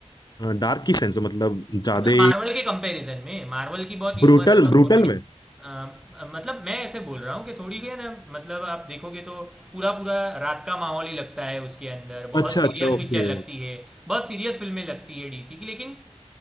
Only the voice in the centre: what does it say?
मतलब मार्वल के कंपैरिजन में मार्वल की बहुत ह्यूमरस
और
कॉमेडी
मतलब मैं ऐसे बोल रहा हूँ कि थोड़ी सी है ना मतलब आप देखोगे तो पूरा पूरा रात का माहौल ही लगता है उसके अंदर बहुत
सीरियस
पिक्चर
लगती है बहुत सीरियस फिल्में लगती है डीसी की लेकिन